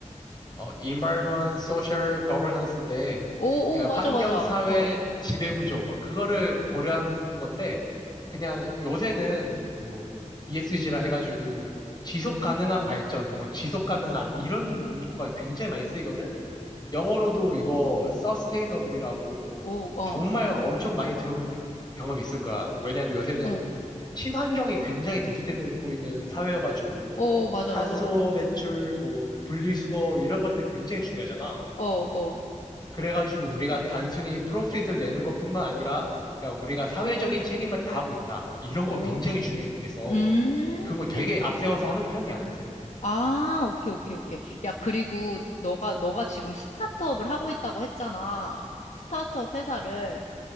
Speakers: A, on the left (about 35°); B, on the left (about 65°).
A: 어, environment, social, governance인데,
B: 오,
A: 그러니까
B: 오, 맞아,
A: 환경,
B: 맞아.
A: 사회,
B: 어,
A: 지배구조, 막 그거를 고려한 건데, 그냥 요새는 뭐 ESG라 해가지고 지속 가능한 발전, 뭐 지속 가능한 이런 문구가 굉장히 많이 쓰이거든? 영어로도 이거 서스테이너블이라고
B: 오, 어,
A: 정말 엄청 많이 들어본 경험이 있을 거야. 왜냐하면 요새는
B: 어,
A: 친환경이 굉장히 대두되고 있는 사회여가지고
B: 오,
A: 뭐
B: 맞아,
A: 탄소
B: 맞아, 맞아.
A: 배출, 뭐 분리수거 이런 것들 굉장히 중요하잖아.
B: 어, 어,
A: 그래가지고 우리가 단순히 프로핏을 내는 것뿐만 아니라 그러니까 우리가 사회적인 책임을 다하고 있다. 이런
B: 오,
A: 거 굉장히 중요해서
B: 음.
A: 그런 거 되게 앞세워서 하는 편이야, 요새는.
B: 아, 오케이, 오케이, 오케이. 야, 그리고 너가, 너가 지금 스타트업을 하고 있다고 했잖아. 스타트업 회사를.